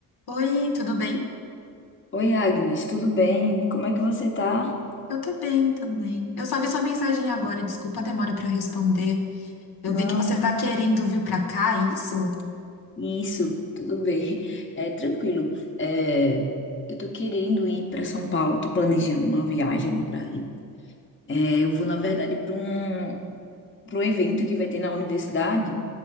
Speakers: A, on the left (about 75°); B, on the left (about 30°).
A: Oi, tudo bem?
B: Oi, Agnes, tudo bem? Como é que você tá?
A: Eu tô bem também. Eu só vi sua mensagem agora, desculpa a demora pra eu responder. Eu
B: Não,
A: vi que você
B: tu-
A: tá querendo vir pra cá, é isso?
B: isso, tudo bem. <laughs> É tranquilo. É, eu tô querendo ir para São Paulo, tô planejando uma viagem para Rio. É, eu vou, na verdade, para um, para um evento que vai ter na universidade.